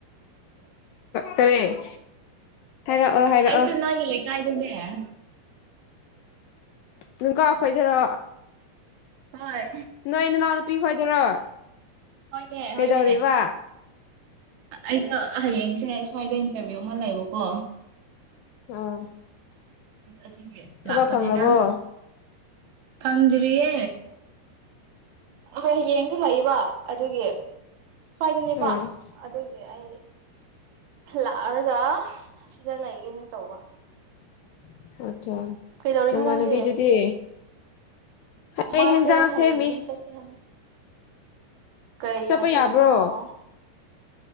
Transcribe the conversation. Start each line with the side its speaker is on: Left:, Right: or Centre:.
Left: ꯀꯔꯤ ꯍꯥꯏꯔꯛꯑꯣ ꯍꯥꯏꯔꯛꯑꯣ
Right: ꯑꯩꯁꯦ ꯅꯣꯏꯒꯤ ꯂꯩꯀꯥꯏꯒꯤꯅꯦ ꯑꯦ
Left: ꯅꯨꯡꯀ ꯈꯣꯏꯗꯔꯣ
Right: ꯍꯣꯏ
Left: ꯅꯣꯏ ꯅꯅꯥꯎ ꯅꯨꯄꯤ ꯈꯣꯏꯗꯔꯣ
Right: ꯍꯣꯏꯅꯦ
Left: ꯀꯩꯗꯧꯔꯤꯕ
Right: ꯍꯣꯏꯅꯦ ꯑꯩꯗꯣ ꯍꯌꯦꯡꯁꯦ ꯁ꯭ꯋꯥꯏꯗ ꯏꯟꯇꯔꯚꯤꯌꯨ ꯑꯃ ꯂꯩꯕꯀꯣ
Left: ꯑꯥ
Right: ꯑꯗꯨꯒꯤ
Left: ꯊꯕꯛ
Right: ꯂꯥꯛꯄꯅꯤꯗ
Left: ꯐꯪꯔꯕ꯭ꯔꯣ
Right: ꯐꯪꯗ꯭ꯔꯤꯌꯦ ꯍꯌꯦꯡꯁꯨ ꯂꯩꯕ ꯑꯗꯨꯒꯤ ꯁ꯭ꯋꯥꯏꯗꯅꯦꯄꯥ
Left: ꯑꯥ
Right: ꯑꯗꯨꯒꯤ ꯑꯩ ꯂꯥꯛꯑꯒ ꯁꯤꯗ ꯂꯩꯒꯦꯅ ꯇꯧꯕ
Left: <unintelligible> ꯑꯆꯥ
Right: ꯀꯩꯗꯧꯔꯤꯅꯣ
Left: ꯅꯃꯥꯟꯅꯕꯤꯗꯨꯗꯤ
Right: ꯅꯪꯗꯤ
Left: ꯑꯩ
Right: ꯃꯥꯁꯦ
Left: ꯍꯦꯟꯖꯥꯡ
Right: ꯍꯥꯏꯌꯦꯡꯖꯦꯝ
Left: ꯁꯦꯝꯃꯤ
Right: ꯆꯠꯀꯦ ꯍꯥꯏ ꯀꯩ
Left: ꯆꯠꯄ
Right: ꯃꯊꯦꯜꯅꫭ
Left: ꯌꯥꯕ꯭ꯔꯣ